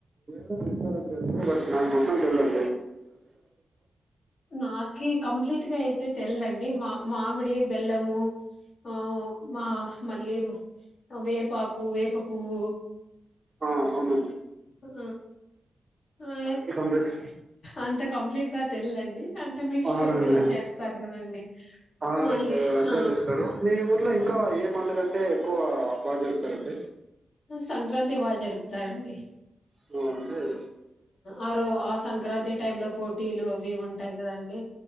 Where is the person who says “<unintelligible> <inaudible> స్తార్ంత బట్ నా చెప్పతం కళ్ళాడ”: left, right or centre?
Right